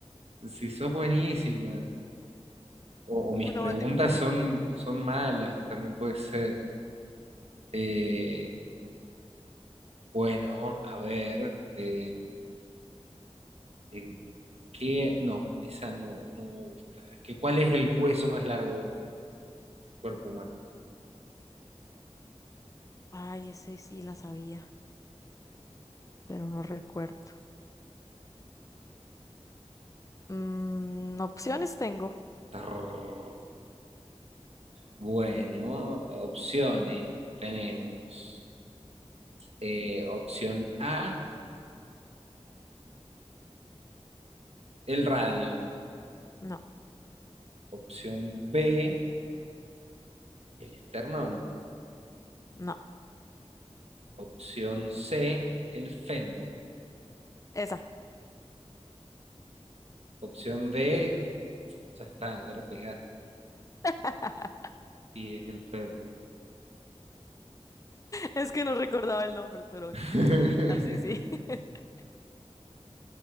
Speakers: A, on the right (about 65°); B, on the left (about 30°).
A: Si sos buenísima, o, o mis
B: Uno
A: preguntas
B: más difícil.
A: son, son malas, también puede ser. Eh, bueno, a ver, eh, eh, ¿qué? No, esa no, no me gusta. ¿Qué- cuál es el hueso más largo del cuerpo humano?
B: Ay, ese sí la sabía, pero no recuerdo. Mm, opciones tengo.
A: Tarrr. Bueno, opciones tenemos. Eh, opción A, el radio.
B: No,
A: Opción B, el esternón.
B: no,
A: Opción C, el fémur.
B: esa.
A: Opción D, ya está, ya le pegaste.
B: <laughs>
A: Y es el fémur.
B: Es que no recordaba el nombre, pero
A: <laughs>
B: así sí. <laughs>